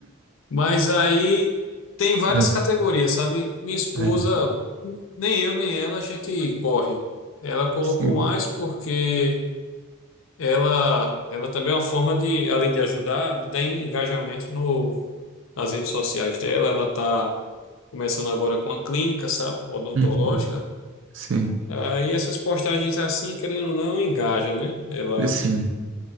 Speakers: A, on the left (about 75°); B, on the right (about 60°).
A: Mas aí tem várias
B: hum,
A: categorias, sabe? Minha esposa,
B: é,
A: nem eu nem ela, a gente corre. Ela colocou
B: Sim,
A: mais porque ela, ela também é uma forma de, além de ajudar, dar en- engajamento no, nas redes sociais dela. Ela está começando agora com a clínica, sabe? Odontológica.
B: uhum, sim,
A: Aí essas postagens assim, querendo ou não, engaja, né? Ela
B: e sim,